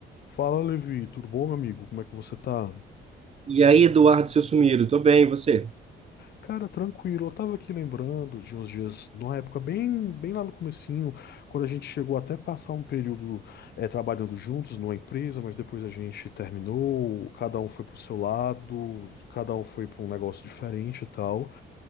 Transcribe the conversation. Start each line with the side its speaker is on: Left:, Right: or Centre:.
Left: Fala, Levi, tudo bom, meu amigo? Como é que você tá?
Right: E aí, Eduardo, seu sumido, tô bem, e você?
Left: Cara, tranquilo. Eu tava aqui lembrando de uns dias, numa época bem, bem lá no comecinho, quando a gente chegou até passar um período eh, trabalhando juntos numa empresa, mas depois a gente terminou, cada um foi pro seu lado, cada um foi pra um negócio diferente e tal.